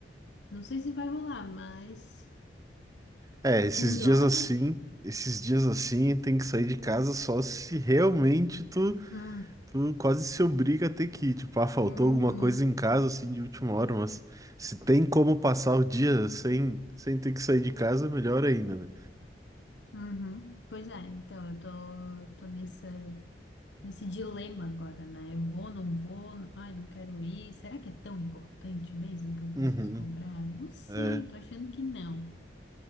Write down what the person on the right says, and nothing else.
É, esses
dias
assim, esses dias assim, tem que sair de casa só se realmente tu
Tu quase se obriga a ter que ir. Tipo, ah, faltou
alguma coisa em casa, assim, de última hora, mas se tem como passar o dia sem, sem ter que sair de casa, melhor ainda, né?
Uhum.
É,